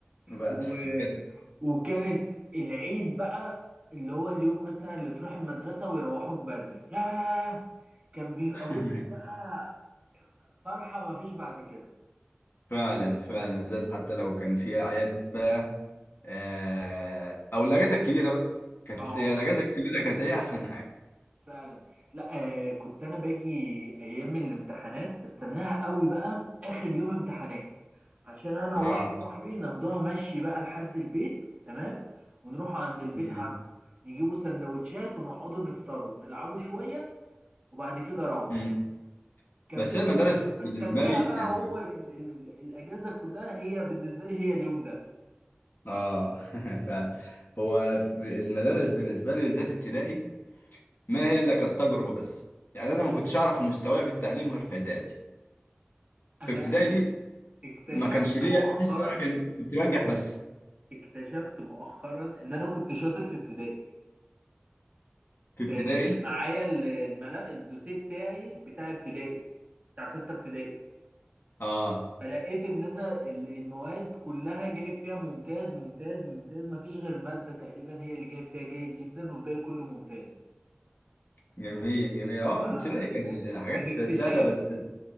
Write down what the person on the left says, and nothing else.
بقى.
كده
<laughs>
فعلا فعلا بالذات حتى لو كان في اعياد بقى آه او الاجازه الكبيره بقى كانت
هي الاجازه الكبيره كانت هي احسن حاجه
اه
مم.
مم.
بس هي المدارس بالنسبه
لي
يعني
اه <laughs> فعلا هو المدارس بالنسبه لي بالذات ابتدائي ما هي الا كانت تجربه بس يعني انا ما كنتش اعرف مستواي في التعليم غير في اعدادي
في ابتدائي
دي
ما كانش ليا
تحس ان انا كان- كنت بنجح بس
في ابتدائي
اه
جميل جميل اه
ابتدائي كانت حاجات
سهله بس